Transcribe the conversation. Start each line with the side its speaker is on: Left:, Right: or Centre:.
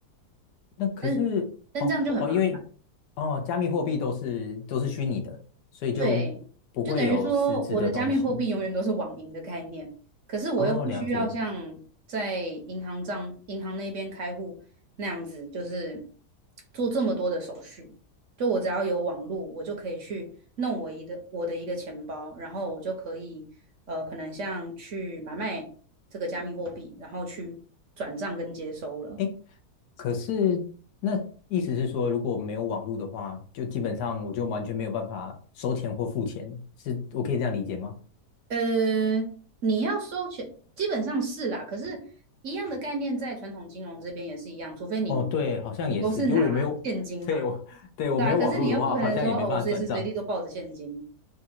Left: 那可是哦哦，
Right: 但但这样就很麻
Left: 因为哦，加密货币都是都是虚拟的，所以就不会有实质的东西。
Right: 对，就等于说我的加密货币永远都是网银的概念，可是我又不需要像在银行账、
Left: 哦，了解。
Right: 银行那边开户那样子，就是做这么多的手续。就我只要有网络，我就可以去弄我一个我的一个钱包，然后我就可以呃，可能像去买卖这个加密货币，然后去转账跟接收了。
Left: 哎，可是那意思是说，如果没有网络的话，就基本上我就完全没有办法收钱或付钱，是我可以这样理解吗？
Right: 呃，你要收钱，基本上是啦。可是，一样的概念在传统金融这边也是一样，除非你
Left: 哦，对，好像也是，
Right: 你都是拿嗯现金嘛，
Left: 就我没有，<laughs> 对，我，<laughs> 对，我没有网络的话，
Right: 对啊。可是哦你又不可能说哦，
Left: 好像也没办法转账。
Right: 我随时随地都抱着现金。